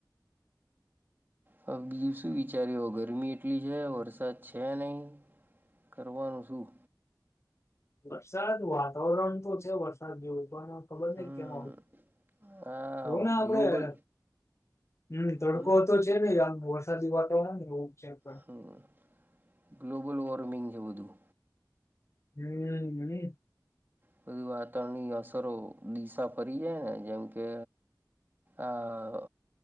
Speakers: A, on the right; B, on the left.
A: હવે બીજું શું વિચારયુ ગરમી એટલી છે વરસાદ છે નહી કરવાનું શું
B: વરસાદ વાતાવરણ તો છે વરસાદ જેવુ પણ ખબર
A: હમ
B: નહ ક ન
A: આ
B: જો ને આપડે
A: ગ્લોબલ
B: હમ્મ તડકો
A: હમ
B: તો છે ને આમ વરસાદી વાતાવરણ ને એવું છે પણ
A: હમ્મ ગ્લોબલ વોર્મિંગ છે બધું
B: હ મની
A: બધી વાતાવરણની અસરો દિશા પરી જાય ને જેમ કે આઅ